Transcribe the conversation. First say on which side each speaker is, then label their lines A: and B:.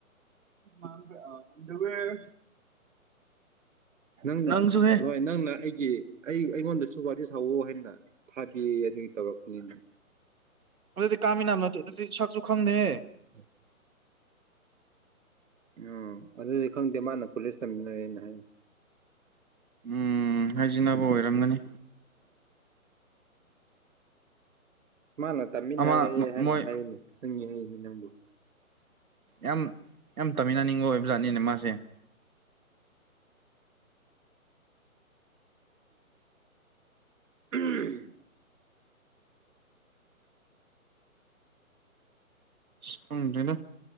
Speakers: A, on the right; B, on the right.
A: ꯃꯥꯥꯡꯗꯣꯏ <unintelligible> ꯅꯪꯅ
B: ꯅꯪꯁꯨꯍꯦ
A: ꯍꯣꯏ ꯅꯪꯅ ꯑꯩꯒꯤ ꯑꯩ ꯑꯩꯉꯣꯟꯗꯁꯨꯨ ꯋꯥꯔꯤ ꯁꯥꯎꯋ ꯍꯥꯏꯅ ꯊꯥꯕꯤ ꯑꯗꯨꯒꯤ ꯇꯧꯔꯛꯄꯅꯦ
B: ꯗꯤ ꯀꯃꯤꯅꯥꯝ ꯅꯠꯇꯦꯗꯤ ꯁꯛꯁꯨ ꯈꯪꯗꯦ
A: ꯎꯝ ꯎꯥ ꯑꯗꯨꯗꯤ ꯈꯪꯗꯦ ꯃꯥꯅ ꯀꯣꯂꯦꯖ ꯇꯝꯃꯤꯟꯅꯔꯦꯅ ꯍꯥꯏ
B: ꯎꯝ ꯍꯥꯏꯖꯤꯕ ꯑꯣꯏꯔꯝꯒꯅꯤ
A: ꯃꯥꯅ ꯇꯥꯃꯤꯟꯅꯔꯦ
B: ꯑꯃ
A: ꯍꯥꯏꯅ
B: ꯃꯣꯏ
A: ꯍꯥꯏꯔꯤꯅꯤ ꯈꯪꯉꯤ ꯍꯪꯤꯅꯤ ꯅꯪꯕꯨ
B: ꯌꯥꯝ ꯌꯥꯝ ꯇꯥꯃꯤꯟꯅꯅꯤꯡꯕ ꯑꯣꯏꯕ ꯖꯥꯠꯅꯤꯅꯦ ꯃꯥꯁꯦ
A: ꯎꯝ
B: ꯑꯁ ꯈꯪꯗꯔꯦꯗꯥ